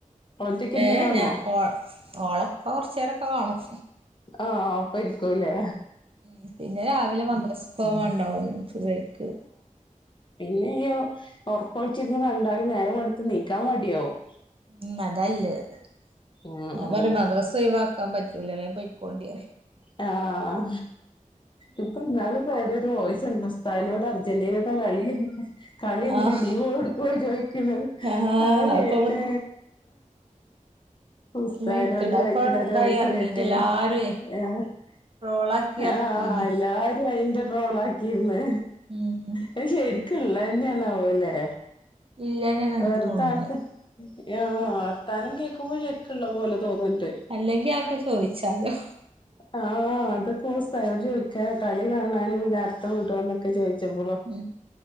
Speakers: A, on the left; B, on the right.
A: ഓള് ഒറ്റക്ക് ഇരുന്ന്
B: ഏ
A: കാണുവോ?
B: ഞാ ഓ ഓളെപ്പ കൊറച്ചേരൊക്കെ കാണും.
A: ആഹ് ആഹ് ഉപ്പരിക്കൂല്ലേ?
B: ഉം പിന്നെ രാവിലെ മദ്രസ് പോവാണ്ടാവും സുബയിക്ക്.
A: പിന്നെയ്യോ ഓർക്കൊഴിച്ചിരുന്ന് കണ്ടാൽ നേരം വെളുത്ത് നീക്കാൻ മടിയാവും.
B: ഉം അതാല്ലത്
A: ഉം
B: ഞാ
A: ഉം
B: പറയും മദ്രസ് ഒഴിവാക്കാൻ പറ്റൂല വേം പൊയിക്കോണ്ടി പറയും.
A: ആഹ് ഇപ്പ ഇന്നാള് ഇപ്പൊ ഏതോ ഒര് വോയിസ്‌ കണ്ടു ഉസ് തായിനോട് അർജന്റീനന്റെ കളി. കളി ഇണ്ട്
B: ആഹ്
A: ലീവൊടുക്കോ ചോദിക്ക്ണത്
B: ആഹ്
A: അത് കേട്ട്.
B: അപ്പൊ ഇവട്
A: ഉസ്തായിനോട്
B: നല്ല വിറ്റണ്ട്
A: ചോദിക്ക്ണ
B: അപ്പൊ
A: ഒരു
B: ഇതായി
A: വോയിസ്
B: ഇറങ്ങീന്
A: കേട്ടിന്നു.
B: എല്ലാരുവേ
A: ഏഹ്
B: റോളാക്കി
A: ആഹ്
B: ഇറക്കീനി
A: എല്ലാരും. അയിന്റെ ട്രോള ആക്കിയിന്ന്
B: ഉം
A: അത് ശരിക്കുള്ളതന്നേണാവൊലേ?
B: ഇല്ലന്നെയാണ് എനിക്ക്
A: വെർതെ
B: തോന്നുന്നേ
A: അത് കു ആഹ് വർത്താനം കേക്കുമ്പോ ശെരിക്ള്ളെത് പോലെ തോന്ന്ണ്ട്.
B: അല്ലെങ്കി അതൊക്കെ ചോദിച്ചാലോ?
A: ആഹ അതൊക്കെ ഉസ്സ് താദിനോട് ചോദിക്കാ കളി കാണാനും ഇ നേരത്തെ വി ടോഎന്നൊക്കെ ചോദിച്ചപ്പോളോ.
B: ഉം